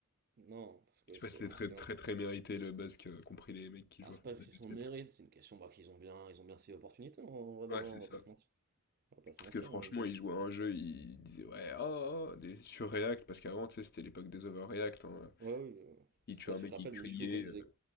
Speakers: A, on the right; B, on the left.
A: non, parce que
B: Je sais
A: c'était
B: pas si c'est
A: ah,
B: très
A: c'était
B: très
A: un...
B: très mérité le buzz que compris les mecs qui jouent
A: Ah,
B: à
A: c'est
B: Fortnite.
A: pas que c'est son
B: actuellement.
A: mérite, c'est une question bah, qu'ils ont bien, ils ont bien ces opportunités, en en vrai
B: Ouais,
A: de vrai,
B: c'est
A: on
B: ça.
A: va pas se mentir. On va pas se
B: Parce
A: mentir.
B: que franchement,
A: hein, ils-
B: ils jouaient à un jeu, ils disaient ouais, oh, oh, oh, des surreact, parce qu'avant, tu sais, c'était l'époque des overreact. Hein.
A: Ouais, oui, euh,
B: Il
A: je
B: tuait
A: sais pas
B: un
A: si
B: mec,
A: tu te rappelles,
B: ils criait.
A: Michou, quand il
B: euh.
A: disait,